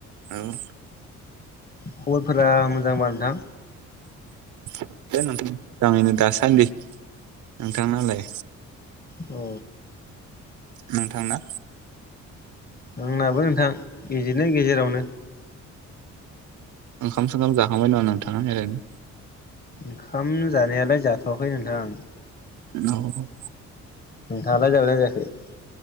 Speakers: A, on the right; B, on the left.
A: ओं।
B: खबरफोरा मोजांबा नोंथां।
A: <unintelligible> दासान्दि नोंथांनालाय?
B: औ।
A: नोंथांना?
B: आंनाबो नोंथां इदिनो गेजेरावनो।
A: ओंखाम सोंखाम जाखांबाय नामा नोंथां एरैनो?
B: ओंखाम जानायालाय जाथ'वाखै नोंथां।
A: औ।
B: नोंथाङालाय जादोंबाय ना जायाखै?